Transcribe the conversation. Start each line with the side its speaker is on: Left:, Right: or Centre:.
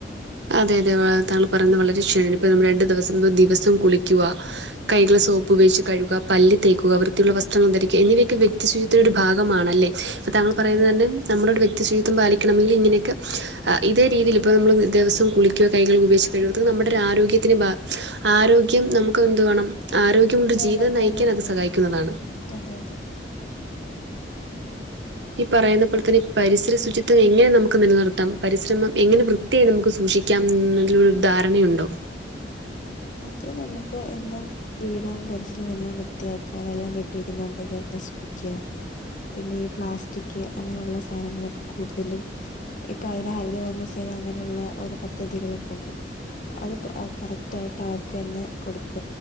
Right: അതെ യതെ വാ താങ്കള് പറയുന്നത് വളരെ ശെരിയാണ് ഇപ്പോ നമ്മൾ രണ്ട് ദിവസം ദ് ദിവസം കുളിക്കുക. കൈകള് സോപ്പ് ഉപയോഗിച്ച് കഴുക, പല്ല് തേക്കുക, വൃത്തിയുള്ള വസ്ത്രൾങ്ങ ധരിക്കുക, എന്നിവയൊക്കെ വ്യക്തി ശുചി ത്തിനൊരു ഭാഗമാണല്ലേ അപ്പോ താങ്കൾ പറയുന്നത്
Left: അതെ അതെ
Right: തന്നെ നമ്മളോരു വ്യക്തി ശുചിത്വം പാലിക്കണമെങ്കിൽ ഇങ്ങനെക്കെ അഹ് ഇതേ രീതിയില് ഇപ്പോ നമ്മൾ ദവസം കുളിക്കുക കൈകൾ ഉപോഗിച്ച് കഴികുക ഇതൊക്കെ നമ്മടെ രാരോഗ്യത്തിന് ബ ആരോ ഗ്യം നമക്കത് എന്ത് വേണം ആരോഗ്യമുണ്ട്
Left: നിലനിർത്താനായിട്ട്
Right: ജീവിതം നയിക്കാൻ അത് സഹായിക്കുന്നതാണ്.
Left: അതെ അതെ യതെ
Right: ഈ പറയുന്ന പോലെ തന്നെ ഈ പരിസര ശുചിത്വം എങ്ങനെ നമക്ക് നിലനിർത്താം പരിശ്രമം എങ്ങനെ വൃ ത്തിയായി നമുക്ക് സൂക്ഷിക്കാം ന്നുള്ളൊരു ധാരണയുണ്ടോ?
Left: അത് നമക്ക് എന്നും വീടും പരിസരവും എല്ലാം വൃത്തിയാക്കുക വെള്ളം കെട്ടിക്ക്ന്ന്ണ്ടെങ്കി അത് നശിപ്പിക്ക. പിന്നെ ഈ പ്ലാസ്റ്റിക് അങ്ങനെയുള്ള സാധനങ്ങളൊക്കെ കൂടുതലും ഇപ്പൊ അതിന് ഹരിതകർമ്മസേന അങ്ങനെയുള്ള ഓരോ പദ്ധതികളൊക്കെണ്ട്. അത് പ കറക്റ്റായിട്ട് അവർക്കെന്നെ കൊട്ക്ക.